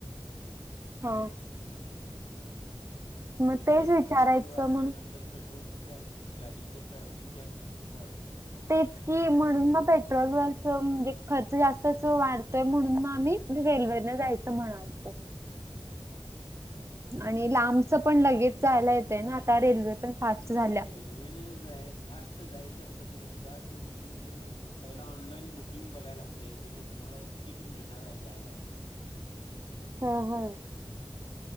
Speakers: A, on the right (about 30°); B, on the left (about 80°).
A: हा मग
B: परत
A: तेच
B: पेट्रोलचा
A: विचारायचं
B: दर वाढल्यानंतर
A: म्हणून
B: पेट्रोलचं चार्जेस गाडीचं ट्रॅव्हलिंग चार्जेस पण वाढत्यात
A: तेच की म्हणून म पेट्रोलवरच म्हणजे खर्च जास्तच वाढतोय म्हणून म आम्ही रेल्वे न जायचं म्हनालतो आणि लांबच पण लगेच जायला येते ना आता रेल्वे पण फास्ट झाल्या
B: नवीन फास्ट जायचं असलं तरी सुद्धा तेे पहिला ऑनलाइन बुकिंग बघायला लागतेय तिथं तुम्हाला सीट मिळणार आहे काय
A: हा हा